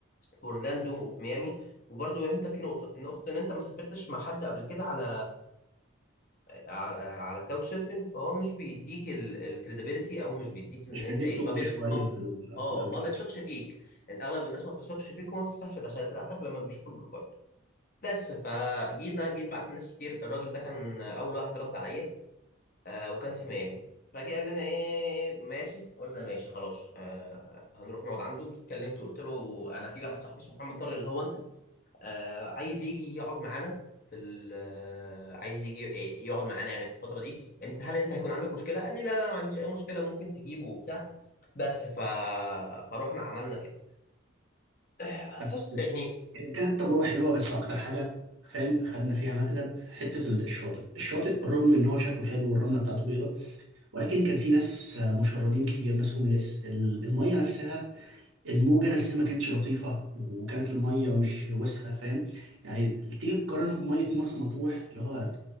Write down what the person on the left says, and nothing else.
في اورلاندو وفي ميامي وبرضه انت في نقطه النقطه ان انت ما سافرتش مع حد قبل كده على على على كاوتش سيرفنج فهو مش بيديك الكريديبيليتي او مش بيديك ان
انت
ايه
ما بيثق
ما
اه
ما بيثقش فيك ان اغلب الناس ما بتثقش فيك وما بتفتحش الرسائل بتاعتك لما بيشوفوا البروفايل بس فجيت انا جيت بعت لناس كتير الراجل ده كان اول واحد رد عليا آه وكان في ميامي فجه قال لنا ايه ماشي قلنا ماشي خلاص آه هنروح نقعد عنده جيت كلمته قلت له انا في واحد صاحبي اسمه محمد طارق اللي هو انت آه، عايز يجي يقعد معانا في ال آه، عايز يجي ي- يقعد معانا يعني في الفترة دي انت هل انت هيكون عندك مشكلة؟ قال لي لا لا أنا ما عنديش اي مشكلة ممكن تجيبه وبتاع بس ف... فروحنا عملنا كده آه، فست
يعني